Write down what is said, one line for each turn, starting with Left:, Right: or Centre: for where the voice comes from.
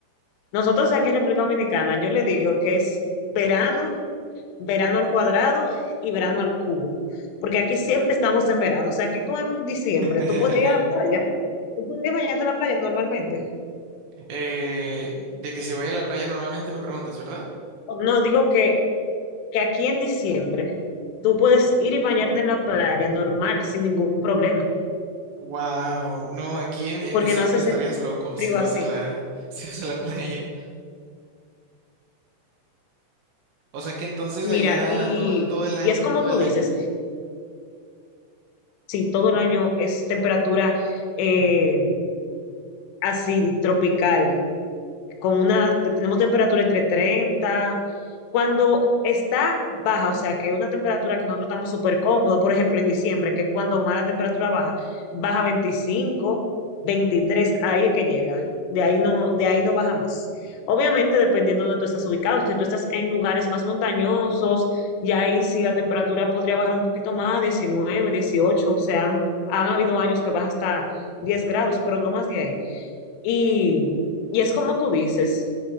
Left: Nosotros aquí en República Dominicana, yo le digo que es verano, verano al cuadrado y verano al cubo, porque aquí siempre estamos en verano, o sea, aquí tú en diciembre,
Right: <laughs>
Left: tú puedes ir a la playa, tú puedes ir a bañarte a la playa normalmente.
Right: Eh, de que si voy a la playa normalmente me preguntas, ¿verdad?
Left: No, digo que que aquí en diciembre tú puedes ir y bañarte en la playa normal, sin ningún problema,
Right: Wow, no, aquí en, en
Left: porque
Right: diciembre
Left: no hace ese
Right: estarías loco
Left: frío
Right: si vas
Left: así.
Right: a la, <laughs> si vas a la playa. O sea que entonces
Left: Mira,
Right: allá
Left: y,
Right: todo el, todo el año,
Left: y es como
Right: todo
Left: tú
Right: el
Left: dices,
Right: año.
Left: sí, todo el año es temperatura eh, así tropical, con una, tenemos temperatura entre 30 cuando está baja, o sea, que una temperatura que nosotros estamos súper cómodos, por ejemplo, en diciembre, que es cuando más la temperatura baja, baja 25 23 ahí es que llega, de ahí no, de ahí no baja más. Obviamente, dependiendo de donde tú estás ubicado, si tú estás en lugares más montañosos, ya ahí sí la temperatura podría bajar un poquito más, 19 18 o sea, han, han habido años que baja hasta 10 grados, pero no más de ahí. Y, y es como tú dices,